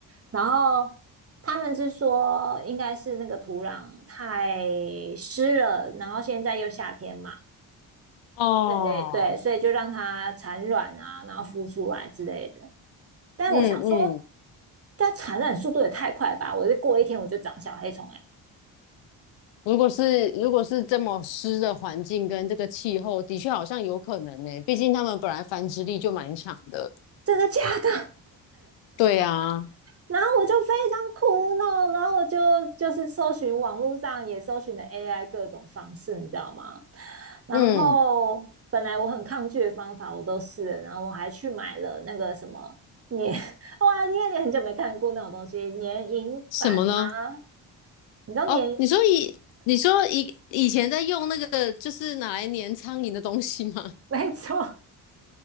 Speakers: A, on the right; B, on the left.
A: 然后他们是说应该是那个土壤太湿了，然后现在又夏天嘛，
B: 哦，
A: 对对，所以就让它产卵啊，然后孵出来之类的。但我想说，
B: 嗯嗯，
A: 它产卵速度也太快吧？我就过一天我就长小黑虫、欸，哎，
B: 如果是如果是这么湿的环境跟这个气候，的确好像有可能呢、毕竟它们本来繁殖力就蛮强的。
A: 真的假的？
B: 对啊，
A: 然后我就非常苦恼，然后我就就是搜寻网络上也搜寻了 AI 各种方式，你知道吗？然后本来我很抗拒的方法我都试了，
B: 嗯，
A: 然后我还去买了那个什么年，<laughs> 哇，因为你很久没看过那种东西，年银版吗？
B: 什么呢？
A: 你知道年，
B: 哦，你说以你说以以前在用那个就是拿来粘苍蝇的东西吗？<laughs>
A: <laughs> 没错，